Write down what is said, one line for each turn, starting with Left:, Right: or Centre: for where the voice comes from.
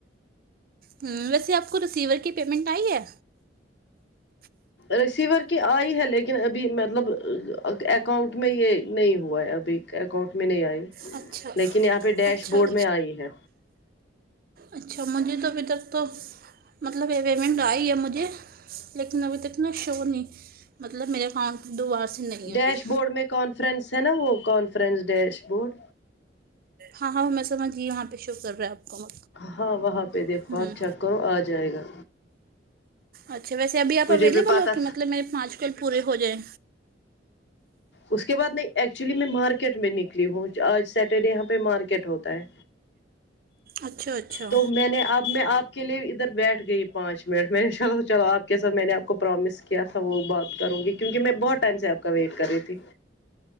Right: ہمم ویسے آپ کو ریسیور کی پیمنٹ آئی ہے
Left: ریسیور کی آئی ہے لیکن ابھی مطلب اکاؤنٹ میں یہ نہیں ہوا ہے ابھی اکاؤنٹ میں نہیں آئی
Right: اچھا
Left: لیکن یہاں کے ڈیش
Right: اچھا
Left: بورڈ
Right: اچھا
Left: میں آئی ہے
Right: اچھا مجھے تو ابھی تک تو مطلب یہ پیمنٹ آئی ہے مجھے لیکن ابھی تک نا شو نہیں مطلب میرے اکاؤن دوبار سے نہیں آئی
Left: ڈیش بورڈ میں کانفرنس ہے نا وہ کانفرنس ڈیش بورڈ
Right: ہاں ہاں میں سمجھی یہاں پہ شو کر رہا ہے آپ کو
Left: ہاں وہاں پہ دیکھو
Right: ہوں
Left: آپ چیک کرو آ جائے گا
Right: اچھا ویسے ابھی آپ
Left: مجھے
Right: اویلیبل
Left: بھی پتا
Right: ہو کی مطلب میرے پانچ منٹ پورے ہو جائیں
Left: اس کے بعد میں ایکچولی میں مارکیٹ میں نکلی ہوں آج سیٹرڈے یہاں پہ مارکیٹ ہوتا ہے
Right: اچھا اچھا
Left: تو میں نے اب میں آپ کے لیے ادھر بیٹھ گئی پانچ منٹ میں نے چلو چلو آپ کے ساتھ میں نے آپ کو پرامس کیا تھا وہ بات کروںگی کیونکہ میں بہت ٹائم سے آپ کا ویٹ کر رہی تھی